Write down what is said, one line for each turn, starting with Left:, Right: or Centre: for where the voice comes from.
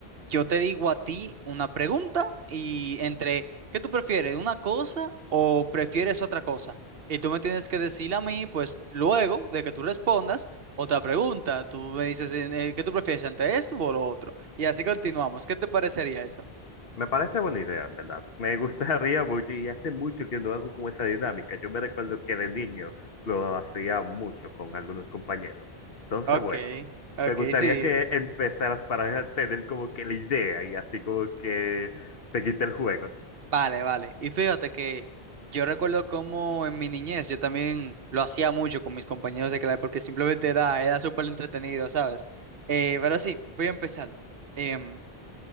Right: Yo te digo a ti una pregunta y entre, ¿qué tú prefieres? ¿Una cosa o prefieres otra cosa? Y tú me tienes que decir a mí, pues luego de que tú respondas, otra pregunta. Tú me dices, eh, eh, ¿qué tú prefieres entre esto o lo otro? Y así continuamos. ¿Qué te parecería eso?
Left: Me parece buena idea, en verdad. Me <laughs> gustaría mucho y hace mucho que no hago como esa dinámica. Yo me recuerdo que de niño lo hacía mucho con algunos compañeros. Entonces,
Right: Ok,
Left: bueno,
Right: ok,
Left: me gustaría
Right: sí.
Left: que empezaras para <laughs> tener como que la idea y así como que se quite el juego.
Right: Vale, vale. Y fíjate que yo recuerdo cómo en mi niñez yo también lo hacía mucho con mis compañeros de clase porque simplemente era, era súper entretenido, ¿sabes? Eh, pero sí, voy a empezar. Em,